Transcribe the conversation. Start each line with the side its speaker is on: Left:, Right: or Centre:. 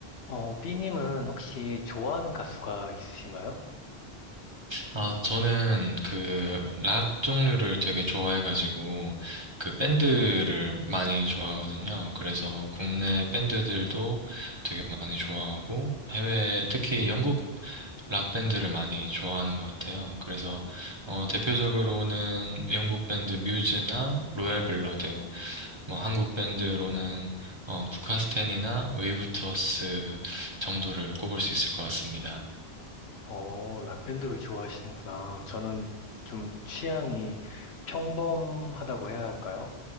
Left: 어, B님은 혹시 좋아하는 가수가 있으신가요?
Right: 아, 저는 그 락 종류를 되게 좋아해가지고 그 밴드를 많이 좋아하거든요. 그래서 국내 밴드들도 되게 많이 좋아하고 해외 특히 영국 락 밴드를 많이 좋아하는 것 같아요. 그래서 어, 대표적으로는 영국 밴드 뮤즈나 로얄 블러드, 뭐 한국 밴드로는 어, 국카스텐이나 웨이브 투어스 정도를 꼽을 수 있을 것 같습니다.
Left: 어, 락밴드를 좋아하시는구나. 저는 좀 취향이 평범하다고 해야 할까요?